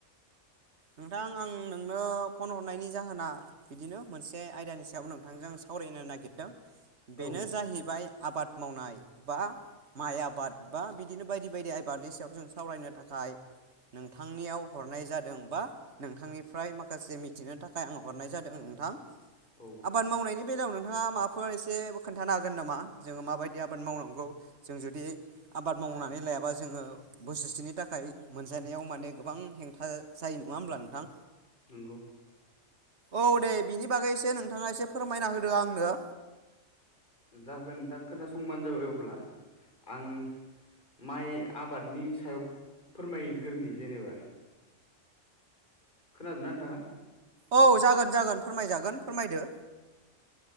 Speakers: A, on the right (about 60°); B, on the left (about 40°).
A: नोंथां आं नोंनो फन हरनायनि जाहोना बिदिनो मोनसे आयदानि सायाव नोंथांजों सावरायनो नागिरदों बेनो
B: औ
A: जाहैबाय आबाद मावनाय बा माइ आबाद बा बिदिनो बायदि बायदि आबादनि सायाव जों सावरायनो थाखाय नोंथांनियाव हरनाय जादों नोंथांनिफ्राय माखासे मिथिनो थाखाय आङ हरनाय जादों नोंथां
B: औ
A: आबाद मावनायनि बे बेलायाव नोंथाङा माफोर एसे खोन्थानो हागोन नामा जोङो माबायदि आबाद मावनांगौ जों जुदि आबाद मावनानै लायाबा जोङो बोसोरसेनि थाखाय मोनजानायाव माने गोबां हेंथा जायो नङा होमब्ला नोंथां
B: नोंगौ।
A: औ दे बिनि बागै एसे नोंथाङा एसे फोरमायना होदो आंनो।
B: जागोन नोंथां खोनासंबानो जाबाय अब्ला आं माइ आबादनि सायाव फोरमायग्रोनि जेनेबा। खोनादोना नोंथाङा।
A: औ जागोन जागोन फोरमायजागोन फोरमायदो।